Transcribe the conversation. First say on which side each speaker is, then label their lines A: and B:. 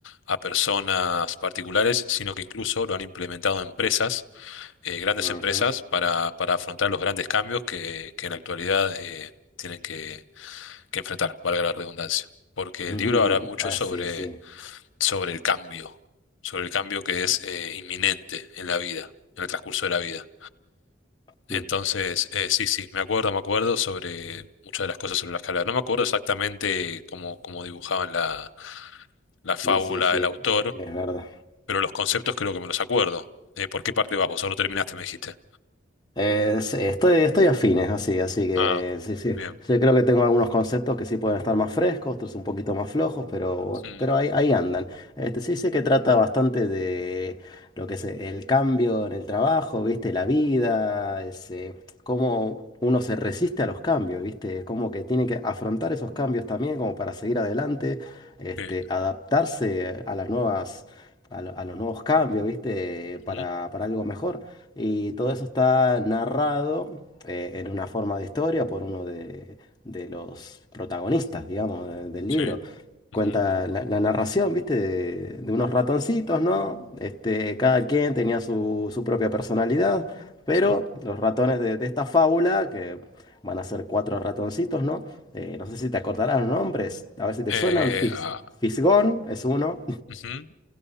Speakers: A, on the left; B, on the left.
A: a personas particulares, sino que incluso lo han implementado empresas, eh, grandes
B: Ujú.
A: empresas, para, para afrontar los grandes cambios que, que en la actualidad eh, tienen que, que enfrentar, valga la redundancia. Porque
B: <laughs>
A: el libro habla mucho
B: Ah,
A: sobre,
B: sí, sí.
A: sobre el cambio, sobre el cambio que es eh, inminente en la vida, en el transcurso de la vida. Entonces,
B: Mm,
A: eh, sí, sí, me acuerdo, me acuerdo sobre muchas de las cosas sobre la escala. No me acuerdo exactamente cómo, cómo dibujaban la, la
B: Sí,
A: fábula
B: sí, sí.
A: el autor,
B: Es verdad.
A: pero los conceptos creo que me los acuerdo. Eh, ¿por qué parte vas vos? Solo terminaste, me dijiste.
B: Eh, sí, estoy, estoy afines, así, así que
A: Ah,
B: sí, sí.
A: bien.
B: Yo creo que tengo algunos conceptos que sí pueden estar más frescos, otros un poquito más flojos, pero,
A: Mm,
B: pero ahí, ahí andan. Este, sí sé que trata bastante de lo que es el cambio en el trabajo, viste, la vida, es, eh, cómo uno se resiste a los cambios, viste, como que tiene que afrontar esos cambios también como para seguir adelante, este,
A: sí,
B: adaptarse a las nuevas, a, lo- a los nuevos cambios, viste,
A: ujú,
B: para, para algo mejor. Y todo eso está narrado eh, en una forma de historia por uno de, de los protagonistas, digamos, de- del libro.
A: sí,
B: Cuenta
A: ujú,
B: la, la narración, ¿viste? De, de unos ratoncitos, ¿no? Este, cada quien tenía su, su propia personalidad, pero
A: ujú.
B: los ratones de, de esta fábula, que van a ser cuatro ratoncitos, ¿no? Eh, no sé si te acordarás los nombres, a ver si te
A: Eh,
B: suenan. Fis-
A: ah,
B: Fisgón es uno.
A: ujú,